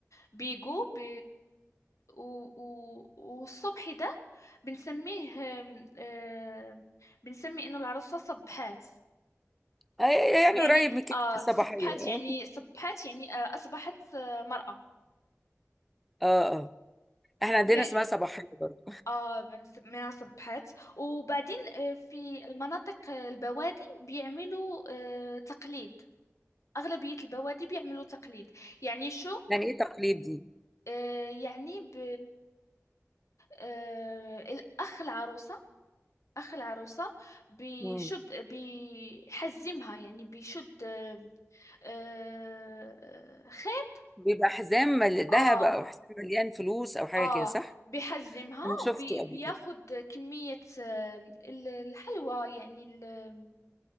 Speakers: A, on the left; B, in the centre.
A: بيجوا ب... و... و... والصبح ده بنسميه آم، آم، بنسمي إنه العروسة صبحات
B: آه، يعني
A: يعني
B: قريب من كده
A: آه
B: الصباحيه
A: صبحت يعني
B: اه
A: صبحت يعني آه أصبحت آه مرأة
B: اه آه. احنا عندنا
A: ك-
B: اسمها صباحيه برضه
A: آه بنسميها صبحت وبعدين آه في مناطق آه، البوادي بيعملوا آه تقليد أغلبية البوادي بيعملوا تقليد يعني شو
B: يعني ايه تقليد دي
A: آه يعني ب آه الأخ العروسة أخ العروسة بيشد
B: مم.
A: بيحزمها يعني بيشد آه آه، خيط
B: بيبقى حزام مل- ذهب
A: اه
B: او حزام مليان فلوس او حاجه
A: اه
B: كده صح
A: بيحجمها
B: انا شفته
A: وبياخد
B: قبل كده
A: كمية آم، ال- الحلوى يعني ال-